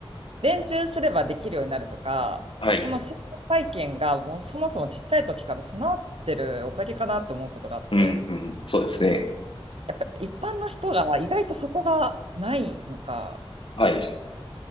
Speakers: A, on the right; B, on the left.
A: 練習すればできるようになるとか、
B: はい。
A: その成功体験がもうそもそもちっちゃい時から備わってるおかげかなって思うことがあって、
B: うん、うん。そうですね。
A: やっぱ一般の人が意外とそこがないのか、
B: はい。